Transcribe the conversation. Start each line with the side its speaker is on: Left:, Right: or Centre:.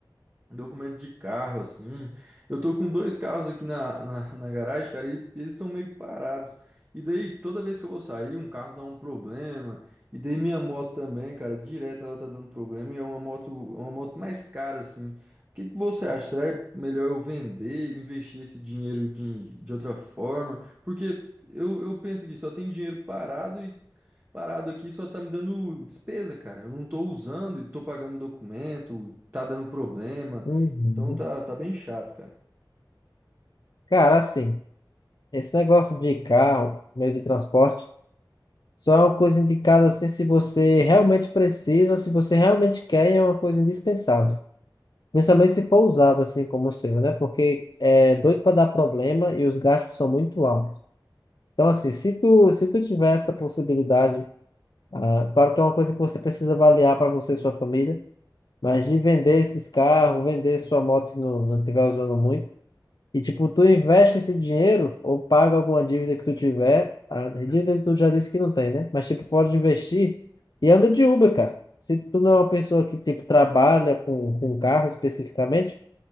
Right: um documento de carro, assim. Eu tô com dois carros aqui na, na, na garagem, cara, e eles estão meio parados. E daí, toda vez que eu vou sair, um carro dá um problema. E daí minha moto também, cara, direto ela tá dando problema. E é uma moto, é uma moto mais cara, assim. O que que você acha? Será melhor eu vender, investir esse dinheiro de, de outra forma? Porque eu, eu penso que só tem dinheiro parado e parado aqui só tá me dando despesa, cara. Eu não tô usando e tô pagando documento, tá dando problema.
Left: Uhum.
Right: Então tá, tá bem chato, cara.
Left: Cara, assim, esse negócio de carro, meio de transporte. Só é uma coisa indicada assim se você realmente precisa, ou se você realmente quer, e é uma coisa indispensável. Principalmente se for usado assim como o seu, né? Porque é doido para dar problema e os gastos são muito altos. Então, assim, se tu, se tu tiver essa possibilidade, ah, claro que é uma coisa que você precisa avaliar para você e sua família, mas de vender esses carros, vender sua moto se não, não estiver usando muito. E, tipo, tu investe esse dinheiro ou paga alguma dívida que tu tiver. A dívida tu já disse que não tem, né? Mas, tipo, pode investir e anda de Uber, cara. Se tu não é uma pessoa que, tipo, trabalha com, com carro especificamente,